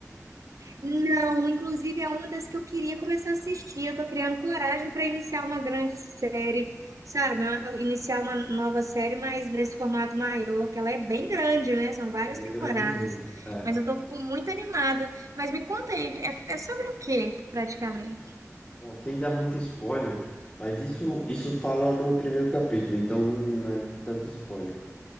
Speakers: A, on the right; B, on the left.
A: Não, inclusive é uma das que eu queria começar a assistir. Eu tô criando coragem para iniciar uma grande série, sabe? Uma- Iniciar uma nova série, mas nesse formato maior, que ela é bem grande, né? São várias
B: Ela
A: temporadas.
B: é grandezinha. É.
A: Mas eu tô com- muito animada. Mas me conta aí, é, é sobre o quê, praticamente?
B: Bom, sem dar muito spoiler, mas isso isso fala no primeiro capítulo, então não é tanto spoiler.